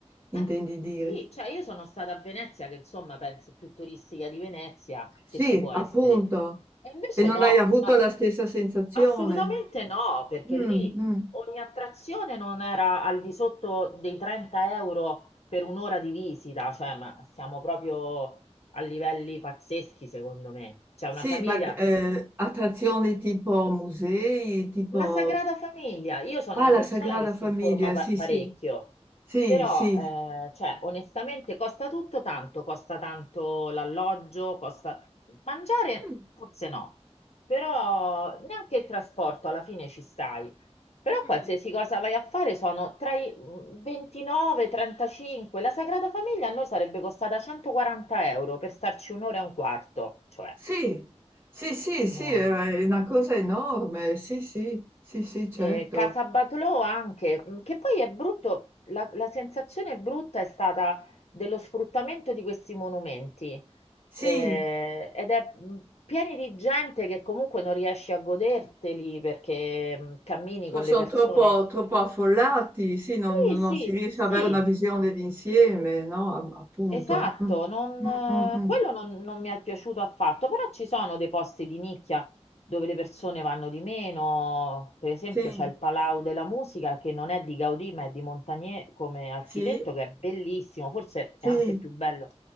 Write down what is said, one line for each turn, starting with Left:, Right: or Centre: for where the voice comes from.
Right: intendi
Left: Eh,
Right: dire.
Left: sì, cioè io sono stata a Venezia, che insomma pensi più turistica di Venezia
Right: Sì,
Left: che ci può
Right: appunto.
Left: essere. E invece
Right: E non
Left: no,
Right: hai avuto
Left: no,
Right: la stessa sensazione.
Left: assolutamente no, perché
Right: Mm,
Left: lì
Right: mm.
Left: ogni attrazione non era al di sotto dei 30 euro per un'ora di visita, cioè ma siamo proprio a livelli pazzeschi secondo me. C'è
Right: Sì,
Left: una famiglia
Right: ma eh, attrazioni tipo musei, tipo...
Left: La Sagrada Famiglia, io sono
Right: Ah,
Left: una
Right: la
Left: persona
Right: Sagrada
Left: che si
Right: Famiglia,
Left: informa pa-
Right: sì,
Left: parecchio,
Right: sì, sì,
Left: però
Right: sì.
Left: eh, cioè, onestamente costa tutto tanto, costa tanto l'alloggio, costa mangiare,
Right: Mm,
Left: forse no, però neanche il trasporto alla fine ci stai. Però
Right: mm.
Left: qualsiasi cosa vai a fare sono tra i 29 e 35. La Sagrada Famiglia a noi sarebbe costata 140 euro per starci un'ora e un quarto, cioè
Right: Sì, sì, sì, sì,
Left: non...
Right: è una cosa enorme, sì, sì, sì, sì, certo.
Left: Eh, Casabatlò anche, mm, che poi è brutto, la, la sensazione brutta è stata dello sfruttamento di questi monumenti
Right: Sì,
Left: Eh, ed è mm, pieni di gente che comunque non riesci a goderteli perché mm, cammini
Right: tro-
Left: con
Right: sono
Left: le persone.
Right: troppo, troppo affollati, sì, non,
Left: Sì,
Right: non
Left: sì,
Right: si riesce
Left: sì,
Right: ad avere una visione d'insieme, no? A- Appunto.
Left: Esatto,
Right: Mm,
Left: non-
Right: mm, mm, mm.
Left: quello non, non mi è piaciuto affatto, però ci sono dei posti di nicchia dove le persone vanno di meno, per esempio
Right: Sì,
Left: c'è il Palau della Musica che non è di Gaudì ma è di Montagnier come architetto
Right: sì,
Left: che è bellissimo, forse
Right: sì,
Left: è anche più bello,